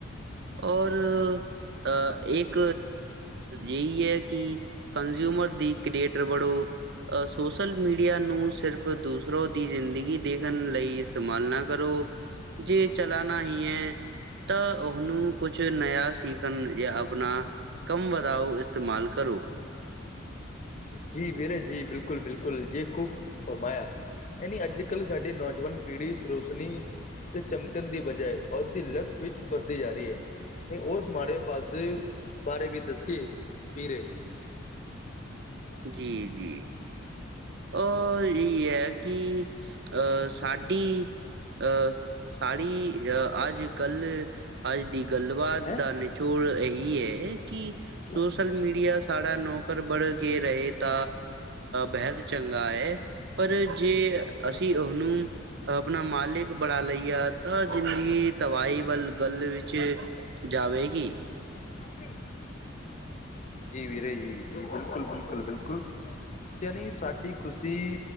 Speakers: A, on the right; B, on the left.
A: اور ا ایک یہی ہے کہ کنزیوومر دی کریٹ بڑو سوشل میڈیا ن صرف دوسروں کی زندگی دیکھنے ل استعمال نہ کرو جی چلانا ہی ہے ت اسنوں کچھ نیا سیکھن یا اپنا کم واؤ استعمال کرو
B: جی ویرے جی بالکل بالکل یہ خوب فرمایا نی اج کل سی نوجوان پیڑھی سروسنی سے چمکن کی بجائے اور کی لت و پستی ج رہی ہے نہیں اس ماڑے پاسے بارے بھی دسیے پیرے
A: جی جی ا یہی ہے کہ ا سی ا سااریی آج کل آج د گل بات
B: ہیں
A: کا نچوڑ یہی ہے کہ
B: کیا
A: سوشل میڈیا سارا نوک بڑھ کے رہے ت بحد چنگا ہے پر ج اسی اسن اپنا مالک بنا لییا ت زندگ تباہی وال گل ب جو گی
B: ہیلو جی ویرے جی جی بالکل بالکل بالکل ینی سی خشی